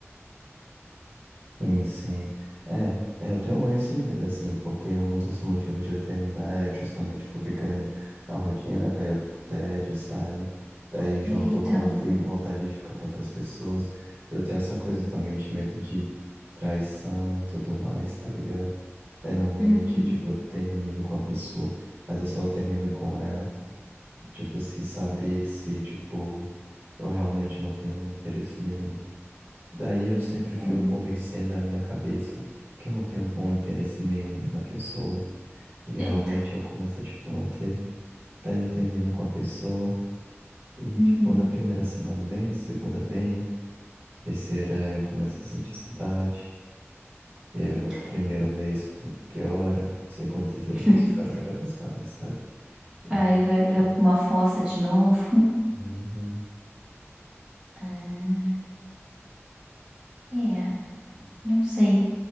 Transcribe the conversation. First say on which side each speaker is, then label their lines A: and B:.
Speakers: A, on the right (about 55°); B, on the right (about 20°).
A: Sim, sim. É, eu tenho esse medo, assim, porque um dos motivos de eu terminar é justamente porque caiu na rotina, caiu tédio, sabe? Daí juntou
B: É, então.
A: com fi- vontade de ficar com outras pessoas. Eu tenho essa coisa também de medo de traição e tudo mais, tá ligado? Daí normalmente,
B: Uhum.
A: tipo, eu termino com a pessoa, mas eu só termino com ela, tipo, se saber se, tipo, eu realmente não tenho interesse nenhum. Daí eu sempre fico
B: uhum.
A: convencendo a minha cabeça que eu não tenho com interesse nenhum mais na pessoa. E realmente
B: Eita.
A: eu começo a, tipo, não ter. Daí eu termino com a pessoa. E,
B: Uhum.
A: tipo, na primeira semana bem, segunda bem, terceira eu começo a sentir saudade. Eu,
B: Eita.
A: primeiro mês com- piora, segundo, terceiro
B: <laughs>
A: mês piora cada vez mais, sabe? Então,
B: Aí vai, vai
A: eu-
B: pra uma fossa de novo.
A: Uhum,
B: Ah, é, não sei.